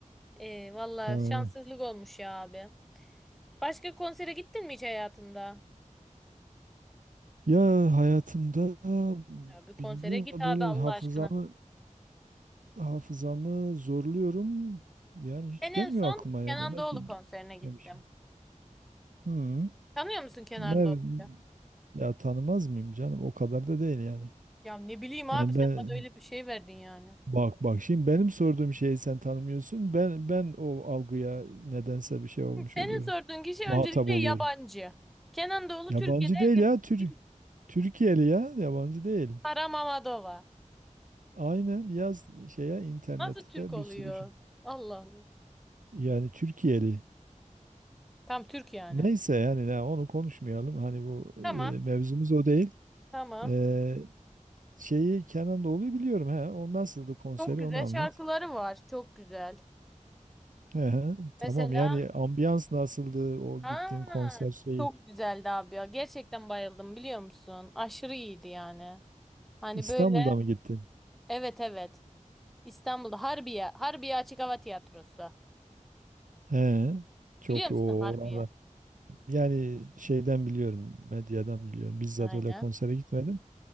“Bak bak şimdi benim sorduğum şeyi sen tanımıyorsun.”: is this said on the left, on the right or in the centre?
Right